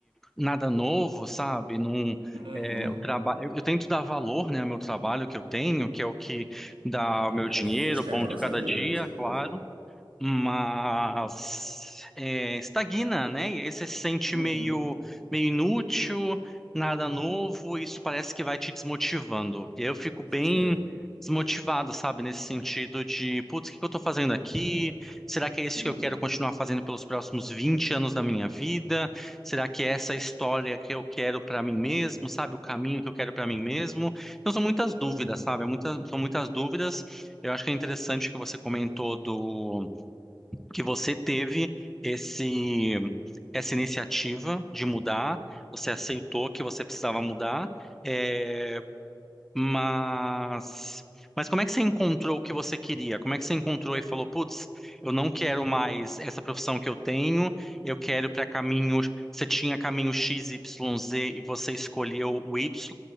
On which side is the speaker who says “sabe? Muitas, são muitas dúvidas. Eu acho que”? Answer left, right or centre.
Centre